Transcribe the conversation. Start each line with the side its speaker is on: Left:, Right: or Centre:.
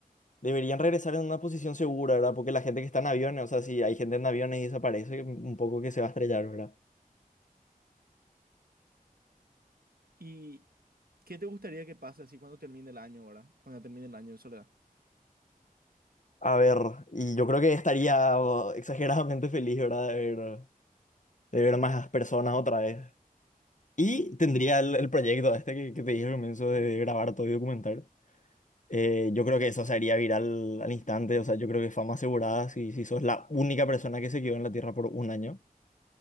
Left: Deberían regresar en una posición segura, ¿verdad? Porque la gente que está en aviones, o sea, si hay gente en aviones y desaparece, un poco que se va a estrellar, ¿verdad?
Right: ¿Y qué te gustaría que pase así cuando termine el año ahora? Cuando termine el año de soledad.
Left: A ver, y yo creo que estaría oh, exageradamente feliz, ¿verdad? De ver, de ver más personas otra vez. Y tendría el, el proyecto este que, que te dije al comienzo de grabar todo y documentar. Eh, yo creo que eso se haría viral al instante, o sea, yo creo que fama asegurada si, si sos la única persona que se quedó en la Tierra por un año.